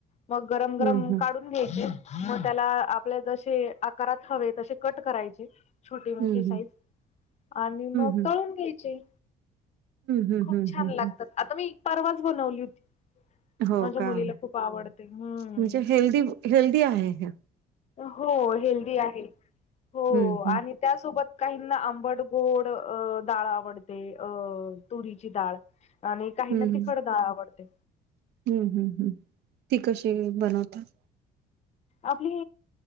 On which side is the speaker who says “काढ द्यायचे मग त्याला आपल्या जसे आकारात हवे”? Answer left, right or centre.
Left